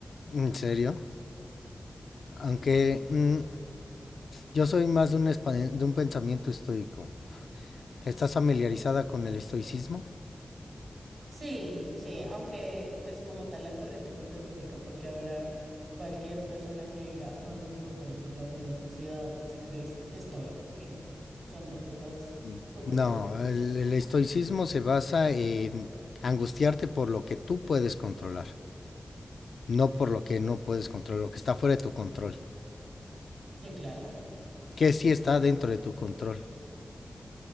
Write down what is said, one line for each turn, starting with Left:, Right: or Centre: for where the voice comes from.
Left: ¿En serio? Aunque mm, yo soy más de un, espa- de un pensamiento estoico. ¿Estás familiarizada con el estoicismo?
Right: Sí, sí, aunque pues como tal la corriente filosófica, porque ahora cualquier persona que diga, no me importa lo que pasa en la sociedad, se cree es- estoico y no, son dos cosas
Left: Mm,
Right: súper
Left: No,
Right: diferentes.
Left: el, el estoicismo se basa en angustiarte por lo que tú puedes controlar, no por lo que no puedes controlar, lo que está fuera de tu control,
Right: Sí, claro.
Left: que sí está dentro de tu control,